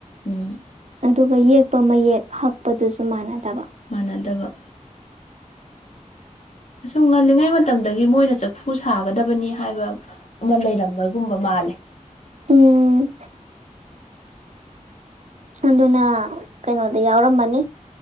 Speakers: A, on the left; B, on the right.
A: ꯎꯝ
B: ꯑꯗꯨꯒ ꯌꯦꯛꯄ ꯃꯌꯦꯛ ꯍꯛꯄꯗꯨꯁꯨ ꯃꯥꯟꯅꯗꯕ
A: ꯃꯥꯟꯅꯗꯕ ꯁꯨꯝ ꯉꯜꯂꯤꯉꯩ ꯃꯇꯝꯗꯒꯤ ꯃꯣꯏꯅ ꯆꯐꯨ ꯁꯥꯒꯗꯕꯅꯤ ꯍꯥꯏꯕ ꯑꯃ ꯂꯩꯔꯝꯕꯒꯨꯝꯕ ꯃꯥꯜꯂꯦ
B: ꯎꯝ ꯑꯗꯨꯅ ꯀꯩꯅꯣꯗ ꯌꯥꯎꯔꯝꯃꯅꯤ